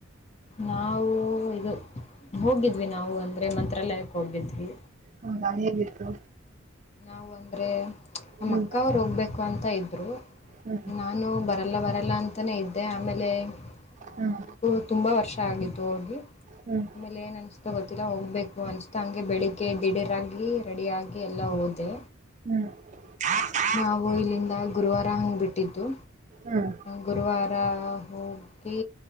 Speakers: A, on the left; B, on the right.
A: ನಾವು ಇದು ಹೋಗಿದ್ವಿ ನಾವು ಅಂದರೆ ಮಂತ್ರಾಲಯಕ್ಕೆ ಹೋಗಿದ್ವಿ.
B: ಹಾ ನಾನ್ ಎಲ್ಲಿದ್ದು
A: ನ ಅಂದ್ರೆ ನಮ್ಮಕ್ಕ
B: ಹ್ಮ್
A: ಅವ್ರು ಹೋಗ್ಬೇಕು ಅಂತ ಇದ್ರು
B: ಹ್ಮ್
A: ನಾ ನು ಬರಲ್ಲ ಬರಲ್ಲ ಅಂತಾನೇ ಇದ್ದೆ ಆಮೇಲೆ
B: ಹ್ಮ್
A: ನನಗೂ ತುಂಬ ವರ್ಷ ಆಗಿತ್ತು ಹೋಗಿ.
B: ಹ್ಮ್
A: ಆಮೇಲೆ ಏನು ಅನಿಸ್ತೋ ಗೊತ್ತಿಲ್ಲ ಹೋಗ್ಬೇಕು ಅನಿಸ್ತಾ ಹಂಗೆ ಬೆಳಿಗ್ಗೆ ದಿಢೀರಾಗಿ ರೆಡಿಯಾಗಿ ಎಲ್ಲ ಹೋದೆ.
B: ಹ್ಮ್ <inaudible>
A: ನಾವು ಇಲ್ಲಿಂದ ಗುರುವಾರ ಹಂಗ್ ಬಿಟ್ಟಿದ್ದು
B: ಹ್ಮ್
A: ಗುರುವಾರ ಹೋಗ್ ಈ